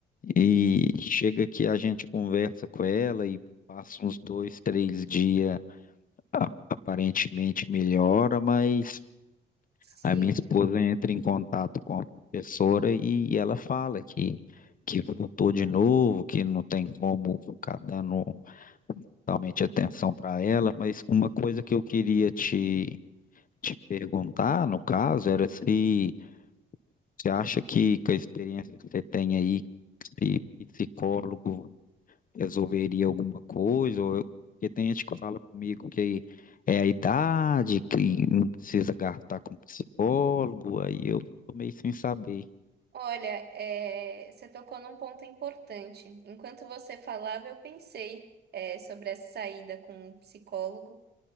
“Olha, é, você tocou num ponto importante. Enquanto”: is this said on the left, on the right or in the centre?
Right